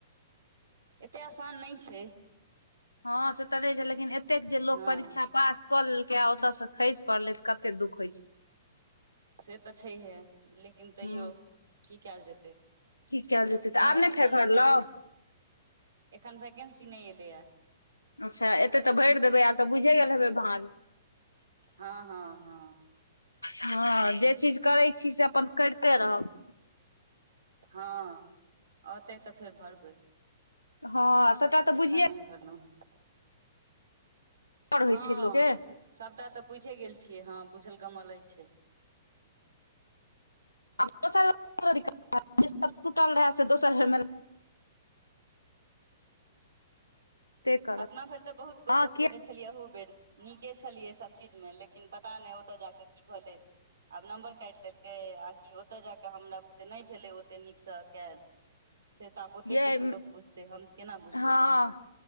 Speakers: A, on the right (about 65°); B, on the left (about 85°).
A: एतेक आसान नहि छैय।
B: हँ से तऽ रहै छैय लेकिन एतेक जे लोक
A: हँ
B: परीक्षा पास कऽ लेलकै आ ओतयसँ खइस पड़ले त कते दुःख होइ छैय।
A: से तऽ छैहे लेकिन तैयो
B: हँ
A: की कयल जेतै।
B: की कयल जेतै
A: कोनो
B: तऽ आब
A: ऑप्शने
B: नहि फेर भरलहुँ
A: नहि छैय एखन वैकेन्सी नहि एलैए।
B: अच्छा एते तऽ भरि देबै आब तऽ बुझि गेल हबै भाज।
A: हँ हँ हँ।
B: हँ जे चीज करैत छी से अपन करिते रहब।
A: हँ औतै तऽ फेर भरबै
B: हँ सभटा तऽ
A: एखन
B: बुझिये
A: नहि भरलहु।
B: होइ
A: हँ
B: छै लोकके
A: सबटा तऽ बुझे गेल छियै हँ बुझल कमल अछि छैय।
B: आब दोसरूटल रहै से दोसर भरमे लागबे करत
A: अपना भरि तऽ बहुत कोशिश
B: हँ किया
A: कने छी। छलियै ओहू बेर नीके छलियै सभ चीज मे लेकिन पता नहि ओतय जा कऽ की भेलै। आब नम्बर काटि लेलकै आकि ओतय ज कऽ हमरा बुते नहि भेलै ओते नीकसँ कयल। से तबोते
B: यै
A: के लोको बुझतेै हम। के बुझबै
B: हँ